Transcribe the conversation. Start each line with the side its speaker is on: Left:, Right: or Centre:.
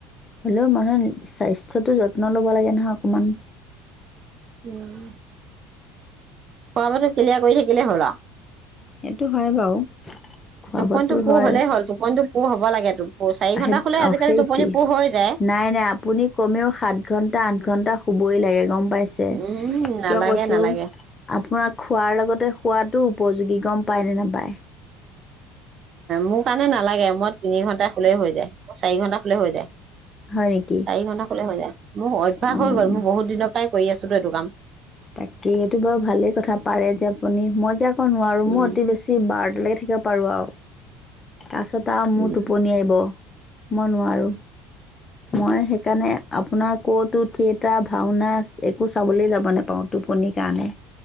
Left: হলেও মানুহে স্বাস্থ্যটো যত্ন ল'ব লাগে নহয় অকণমান।
Right: উম। খোৱা- বোৱাটো ক্লিয়াৰ কৰি থাকিলে হ'ল আৰু।
Left: সেইটো হয় বাৰু,
Right: আৰু
Left: খোৱা
Right: টোপনিটো
Left: - বোৱাটো
Right: পুৰ
Left: হয়।
Right: হলেই হ'ল টোপনিটো পুৰ হ'ব লাগে টোপ- চাৰি
Left: সেইটোৱে
Right: ঘন্টা শুলে আজিকালি টোপনি পুৰ হৈ যায়
Left: নাই - নাই আপোনি কমেও সাতঘন্টা- আঠঘন্টা শুব বই লাগে গম পাইছে,
Right: উম নালাগে
Left: কিয় কৈছোঁ
Right: নালাগে
Left: আপোনাৰ খোৱাৰ লগতে শুৱা টো উপযোগী। গম পায়নে নাপায়?
Right: মোৰ কাৰণে নালাগে, মই তিনি ঘন্টা শুলেই হৈ যায়। অ', চাৰি -ঘন্টা শুলে হৈ যায়,
Left: হয় নেকি
Right: চাৰি ঘন্টা শুলে হৈ যায়। মোৰ অভ্যাস
Left: অঁ
Right: হৈ গ'ল, মোৰ বহুত দিনৰ - পৰাই কৰি আছেতো এইটো কাম।
Left: বাকী সেইটো বাৰু ভালেই কথা পাৰে যে আপুনি মই যে আকৌ নোৱাৰোঁ
Right: উম
Left: মোৰ অতি বেছি বাৰ এনেকে থাকিব পাৰোঁ আৰু। তাৰ পিছত আৰু মোৰ
Right: উম
Left: টোপনি আহিব। মই নোৱাৰোঁ, মই সেইকাৰণে আপোনাৰ ক'তো থিয়েটাৰ- ভাওনা একো চাবলৈ যাব নাপাওঁ টোপনিৰ কাৰণে।